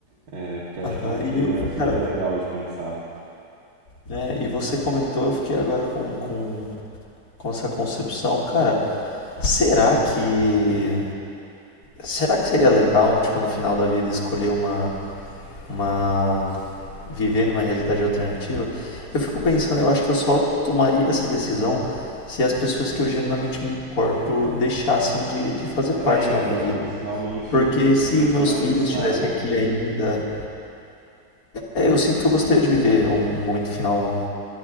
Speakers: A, on the right; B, on the left.
A: É, porque acho
B: Aham,
A: que é um tema
B: e eu,
A: que
B: cara,
A: é legal de pensar.
B: né, e você comentou, eu fiquei agora com, com, com essa concepção, cara, será que. Será que seria legal, tipo, no final da vida, escolher uma, uma viver numa realidade alternativa, eu fico pensando, eu acho que eu só tomaria essa decisão se as pessoas que eu genuinamente me importo deixassem de, de fazer
A: É,
B: parte
A: então,
B: da minha vida.
A: se realmente
B: Porque
A: não
B: se
A: tivesse
B: meus
A: mais
B: filhos
A: nada
B: estivessem
A: aqui,
B: aqui
A: né?
B: ainda, é, eu sinto que eu gostaria de viver um, um momento final